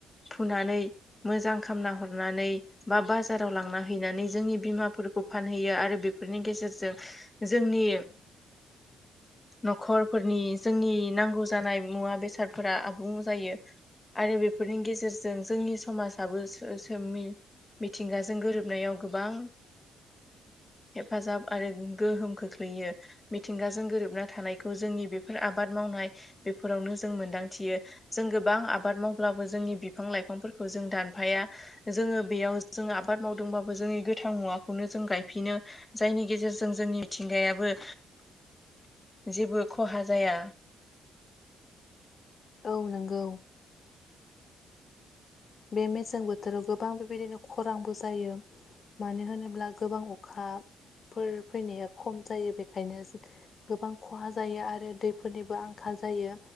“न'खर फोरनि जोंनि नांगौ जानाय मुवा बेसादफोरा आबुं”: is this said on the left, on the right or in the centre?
Left